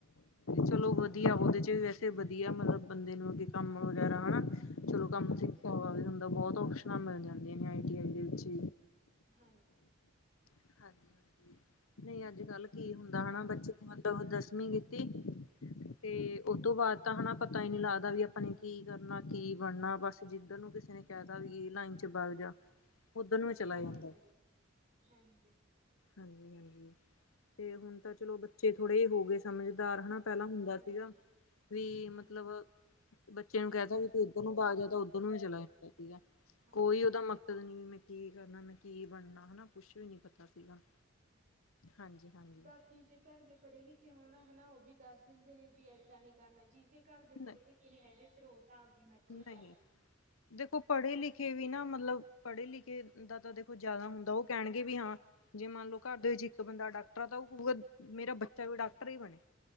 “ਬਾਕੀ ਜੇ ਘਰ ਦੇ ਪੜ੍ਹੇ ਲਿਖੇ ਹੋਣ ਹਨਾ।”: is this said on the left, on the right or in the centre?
Right